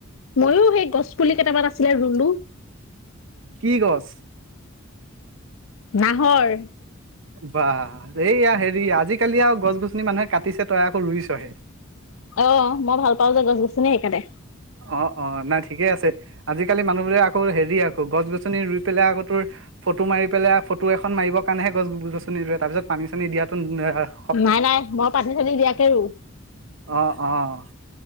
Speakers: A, on the left; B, on the right.
A: মইও সেই, গছপুলি কেইটামান আছিলে, ৰুলো
B: কি গছ?
A: নাহৰ
B: বাহ, এইয়া হেৰি, আজিকালি আৰু গছ-গছনি মানুহে কাটিছে, তই আকৌ ৰুইছহে
A: অ', মই ভাল পাওঁ যে গছ-গছনি, সেইকাৰণে
B: অ', অ', নাই, ঠিকেই আছে। আজিকালি মানুহবোৰে আকৌ হেৰি আকৌ, গছ-গছনি ৰুই পেলাই আকৌ, তোৰ ফটো মাৰি পেলাই, ফটো এখন মাৰিবৰ কাৰণেহে গছ-গছনি ৰুৱে, তাৰপিছত পানী-চানী দিয়াটো আ
A: নাই, নাই, মই পানী-চানী দিয়াকে ৰু
B: অ', অ',